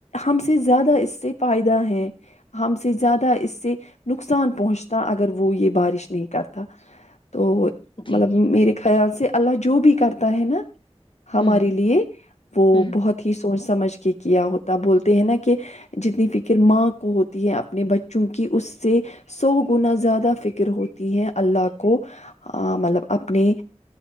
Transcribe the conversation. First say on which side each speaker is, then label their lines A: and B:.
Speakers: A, on the left; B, on the left.
A: ہم سے زیادہ اس سے فائدہ ہے ہم سے زیادہ اس سے نقصان پہنچتا اگر وہ یہ بارش نہیں کرتا تو
B: جی۔
A: مطلب میرے خیال سے اللہ جو بھی کرتا ہے ناں ہمارے
B: ہوں،
A: لیے وہ
B: ہوں۔
A: بہت ہی سوچ سمجھ کے کیا ہوتا بولتے ہیں ناں کہ جتنی فکر ماں کو ہوتی ہے اپنے بچوں کی اس سے سو گنا زیادہ فکر ہوتی ہے اللہ کو مطلب اپنے